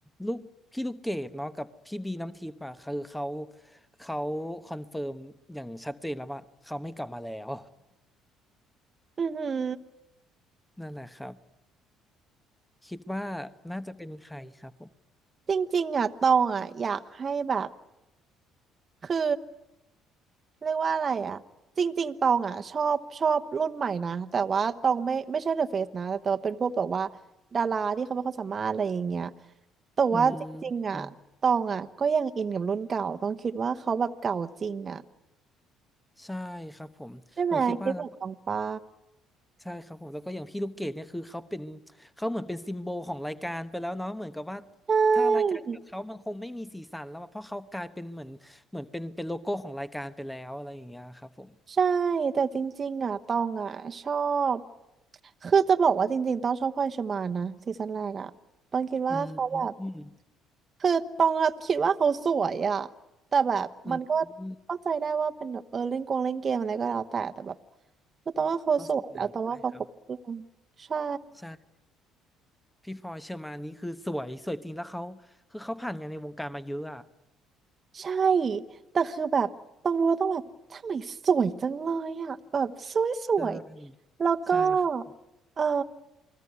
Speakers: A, in the centre; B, on the right (about 40°).
A: ลูกพี่ลูกเกดเนาะกับพี่บีน้ำทิพย์อ่ะคือเขาเขาคอนเฟิร์มอย่างชัดเจนแล้วว่าเขาไม่กลับมาแล้ว
B: อือหือ
A: <laughs> นั่นแหละครับ คิดว่าน่าจะเป็นใครครับผม
B: จริงๆจริงๆอ่ะตองอ่ะอยากให้แบบ คือเรียกว่าอะไรอ่ะจริงๆตองอ่ะชอบชอบรุ่นใหม่นะแต่ว่าตองไม่ไม่ใช่เดอะเฟซนะแต่ตองเป็นพวกแบบว่าดาราที่เขาไม่ค่อยสามารถอะไรอย่างเงี้ยแต่ว่าจริงๆอ่ะตองอ่ะก็ยังอินกับรุ่นเก่าต้องคิดว่าเขาแบบเก่าจริงอ่ะ
A: อืมอืมใช่ครับผมผมคิดว่าแล้วก็
B: ใช่ไหมคิดเหมือนตองปะ
A: ใช่ครับผมแล้วก็อย่างพี่ลูกเกดเนี่ยคือเขาเป็นเขาเหมือนเป็นซิมโบลของรายการไปแล้วเนาะเหมือนกับว่า
B: ใช
A: ถ้ารายการกับเขามันคงไม่มีสีสันแล้วอะเพราะเขากลายเป็นเหมือนเหมือนเป็นเป็นโลโก้ของรายการไปแล้วอะไรอย่างเงี้ยครับผม
B: ่ ใช่แต่จริงๆอ่ะตองอ่ะชอบคือจะบอกว่าจริงๆต้องชอบพลอยเชอร์มานนะซีซั่นแรกอ่ะตองคิดว่าเขาแบบ
A: อืมอืมอืม
B: คือตองอะคิดว่าเขาสวยอ่ะแต่แบบมันก็
A: อืมอืม
B: เข้าใจได้ว่าเป็นแบบเออเล่นกงเล่นเกมอะไรก็แล้วแต่แต่แบบคือตองว่าเขาสวยแล้วตองว่าเขาครบเครื่อง
A: เขาสวยได้ครับ
B: ใช่
A: ใช่พี่พลอยเชอร์มานนี่คือสวยสวยจริงแล้วเขาคือเขาผ่านงานในวงการมาเยอะอ่ะ
B: ใช่แต่คือแบบต้องรู้แล้ว่าต้องแบบทำไมสวยจังเลยอ่ะแบบสวยสวย
A: ใช่ใช่ครับ
B: แล้วก็เออ